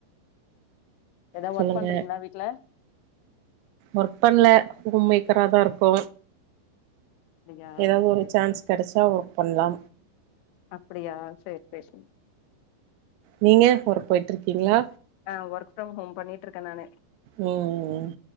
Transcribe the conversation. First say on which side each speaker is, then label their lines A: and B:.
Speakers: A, on the left; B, on the right.
A: எதா
B: சொல்லுங்க
A: ஒர்க் பண்றிங்ளா வீட்ல
B: ஒர்க் பண்ல ஹோம் மேக்கராதா இருக்கோ
A: அப்டியா
B: ஏதாவது
A: சேரி
B: ஒரு சான்ஸ்
A: சேரி
B: கெடச்சா ஒர்க் பண்ணலா
A: அப்டியா சேரி பேசுவோ
B: நீங்க ஒர்க் போய்ட்டு இருக்கீங்ளா
A: ஆ ஒர்க் ஃப்ரம் ஹோம் பண்ணிட்டு இருக்க நானு
B: ம் ம் ம்